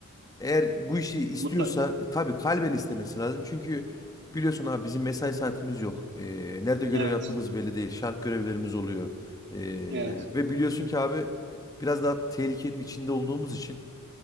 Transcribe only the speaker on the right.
mutlaka.
Evet,
evet.